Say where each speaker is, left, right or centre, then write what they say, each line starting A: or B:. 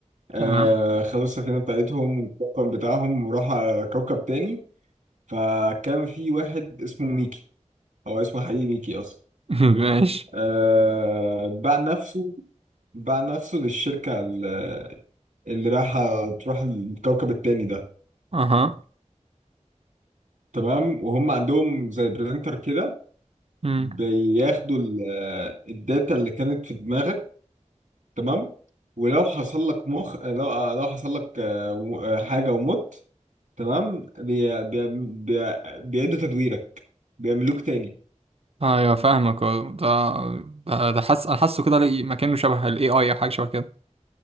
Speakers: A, on the right; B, on the right.
A: آه
B: تمام
A: خدوا السفينة بتاعتهم والطاقم بتاعهم وراحوا على كوكب تاني فكان في واحد اسمه ميكي هو اسمه حقيقي ميكي أصلا
B: <laughs> ماشي
A: آه باع نفسه باع نفسه للشركة ال- اللي رايحة تروح الكوكب التاني ده
B: اها
A: تمام وهم عندهم زي برينتر كده
B: امم
A: بياخدوا ال- الداتا اللي كانت في دماغك تمام ولو حصل لك مخ لو لو حصل لك آه، و- آه، حاجة ومت تمام بي... بي... بي... بيعيدوا تدويرك بيعملوك تاني
B: ايوه فاهمك أه. ده ده ده حاسس انا حاسه كده لقي- مكانه شبه الاي اي او حاجه شبه كده